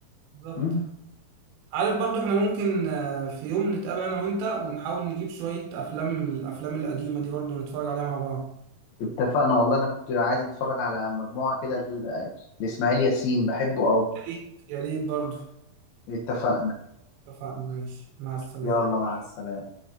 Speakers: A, on the right; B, on the left.
A: بالظبط
B: مم.
A: عارف برضو احنا ممكن آه، في يوم نتقابل انا وانت ونحاول نجيب شوية افلام من الافلام القديمة دي برضو نتفرج عليها مع بعض
B: اتفقنا والله انا كنت عايز اتفرج على مجموعة كده ل- لإسماعيل ياسين بحبه قوي
A: يا ريت يا ريت برضو
B: اتفقنا
A: اتفقنا ماشي مع السلامة
B: يلا مع السلامة